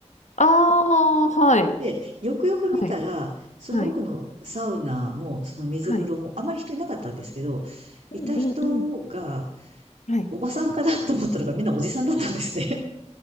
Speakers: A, on the left; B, on the right.
A: ああ、はい。
B: で、よくよく見たら、
A: はい。
B: その奥のサウナも、
A: はい。
B: その水風呂も、
A: はい。
B: あまり人いなかったんですけど、いた人が、
A: うんうんうん。はい。
B: おばさんかなと思ったのがみんなおじさんだったんですね。